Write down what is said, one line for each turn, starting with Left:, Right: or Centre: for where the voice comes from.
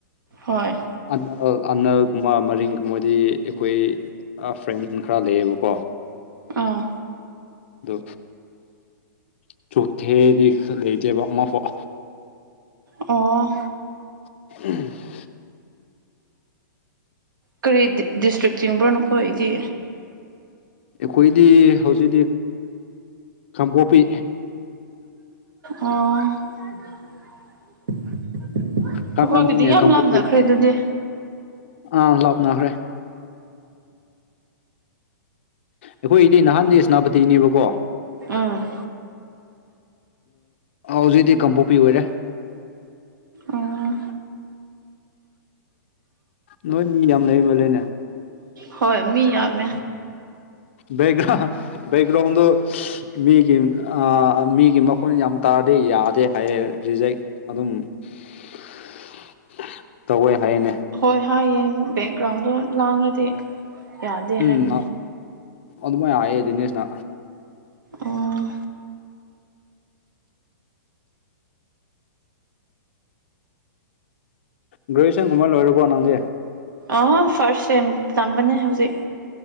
Right: ꯍꯣꯏ
Left: ꯑꯅꯜ ꯑꯅꯜꯒꯨꯝꯕ ꯃꯔꯤꯡꯒꯨꯝꯕꯗꯤ ꯑꯩꯈꯣꯏ ꯑ ꯐ꯭ꯔꯦꯟ ꯈꯔ ꯂꯩꯌꯦꯕꯀꯣ
Right: ꯑꯥ
Left: ꯑꯗꯨ ꯆꯣꯊꯦꯗꯤ ꯂꯩꯇꯦꯕ ꯑꯃꯐꯥꯎ
Right: ꯑꯣ
Left: <unintelligible>
Right: ꯀꯔꯤ ꯗꯤꯁꯇ꯭ꯔꯤꯛ ꯆꯤꯡꯕ꯭ꯔꯣ ꯅꯈ‌ꯣꯏꯗꯤ
Left: ꯑꯩꯈꯣꯏꯗꯤ ꯍꯧꯖꯤꯛꯇꯤ ꯀꯥꯡꯄꯣꯛꯄꯤ
Right: ꯑꯣ ꯑꯩꯈꯣꯏꯒꯤꯗꯤ
Left: ꯀꯥꯡꯂꯝꯅꯤꯅꯦ
Right: ꯌꯥꯝ
Left: ꯀꯥꯡꯄꯣꯛꯄꯤ
Right: ꯂꯥꯞꯅꯈ꯭ꯔꯦ ꯑꯗꯨꯗꯤ
Left: ꯑꯥ ꯂꯥꯞꯅꯥꯈ꯭ꯔꯦ ꯑꯩꯈꯣꯏꯗꯤ ꯅꯍꯥꯟꯗꯤ ꯁꯦꯅꯥꯄꯇꯤꯅꯦꯕꯀꯣ
Right: ꯎꯝ
Left: ꯑꯗꯣ ꯍꯧꯖꯤꯛꯗꯤ ꯀꯥꯡꯄꯣꯛꯄꯤ ꯑꯣꯏꯔꯦ
Right: ꯎꯝ
Left: ꯅꯣꯏ ꯃꯤ ꯌꯥꯝ ꯂꯩꯃꯜꯂꯦꯅꯦ
Right: ꯍꯣꯏ ꯃꯤ ꯌꯥꯝꯃꯦ
Left: ꯕꯒ꯭ꯔꯥꯎ ꯕꯒ꯭ꯔꯥꯎꯗ‌ꯣ <unintelligible> ꯃꯤꯒꯤ ꯑ ꯃꯤꯒꯤ ꯃꯈꯨꯣꯟ ꯌꯥꯝ ꯇꯥꯔꯗꯤ ꯌꯥꯗꯦ ꯍꯥꯏꯌꯦ ꯔꯤꯖꯦꯛ ꯑꯗꯨꯝ <unintelligible> <unintelligible> ꯇꯧꯋꯦ ꯍꯥꯏꯌꯦꯅꯦ
Right: ꯍꯣꯏ ꯍꯥꯏꯌꯦ ꯕꯦꯛꯒ꯭ꯔꯥꯎꯟꯗꯣ ꯂꯥꯡꯂꯗꯤ ꯌꯥꯗꯦ
Left: ꯎꯝ
Right: ꯍꯥꯏꯕꯅꯦ
Left: ꯑꯗꯨꯃꯥꯏꯅ ꯍꯥꯏꯌꯦ ꯗꯤꯅꯦꯁꯅ
Right: ꯑꯣ
Left: ꯒꯔ‌ꯦꯖꯨꯋ‌ꯦꯁꯟꯒꯨꯝꯕ ꯂ‌ꯣꯏꯔꯕꯣ ꯅꯪꯗꯤ
Right: ꯑ ꯐꯥꯔꯁ ꯁꯦꯝ ꯇꯝꯕꯅꯦ ꯍꯧꯖꯤꯛ